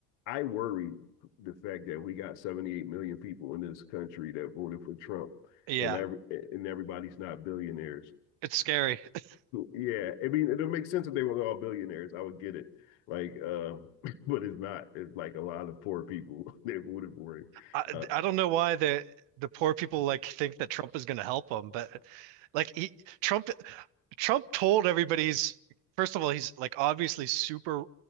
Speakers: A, on the left; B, on the right.
A: I worry the fact that we got 78 million people in this country that voted for Trump,
B: Yeah.
A: and every and everybody's not billionaires.
B: It's scary. <laughs>
A: Yeah, I mean, it'll make sense if they were all billionaires. I would get it. Like, um, <laughs> but it's not. It's like a lot of poor people <laughs> that voted for it.
B: I
A: Uh,
B: I don't know why the the poor people like think that Trump is going to help them, but like he Trump Trump told everybody he's first of all he's like obviously super